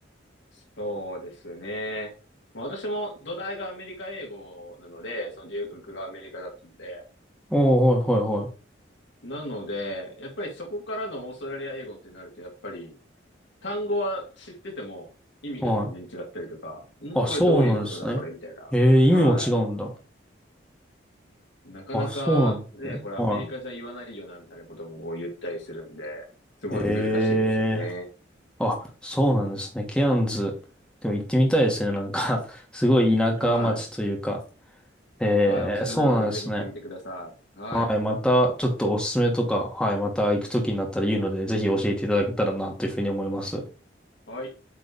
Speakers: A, on the left; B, in the centre.
A: そうですね。まあ、私も土台がアメリカ英語なので、その留学がアメリカだったので、
B: おー、はいは
A: なので、やっぱりそこからのオーストラリア英語ってなると、やっぱり単語は知ってても意味が全然違ったりとか、
B: いはい。はい。
A: ん、
B: あ、
A: これどういうことだ、
B: そうなんですね。
A: これみたいな。
B: ええ、意味も違うんだ。
A: はい。なかなかね、
B: あ、そうなんですね。
A: これアメリカじゃ言わないよな、
B: は
A: みたいなことも言ったりするんで、すごい難しいですよね。
B: い。ええ、あ、そうなんですね。ケアンズ。でも行ってみたいですね。なんか <laughs> すごい田舎町というか。
A: はい。
B: ええ、
A: はい。おすすめなので、
B: そうなんですね。
A: ぜひ行ってみてください。はい。
B: はい。また、ちょっとおすすめとか、はい。また行くときになったら言うので、ぜひ教えていただけたらな、というふうに思います。
A: はい。